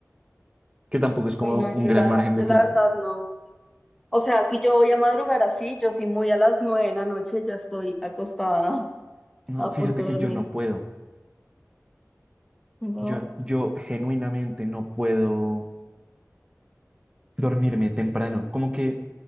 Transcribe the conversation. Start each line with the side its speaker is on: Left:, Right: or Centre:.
Right: que tampoco es como
Centre: Hoy no,
Right: un
Centre: yo
Right: gran
Centre: la,
Right: margen de
Centre: yo
Right: tiempo.
Centre: la verdad no. O sea, si yo voy a madrugar así, yo sí muy a las nueve de la noche ya estoy acostada
Right: No,
Centre: a
Right: fíjate
Centre: punto de
Right: que
Centre: dormir.
Right: yo no puedo,
Centre: No.
Right: yo, yo genuinamente no puedo dormirme temprano, como que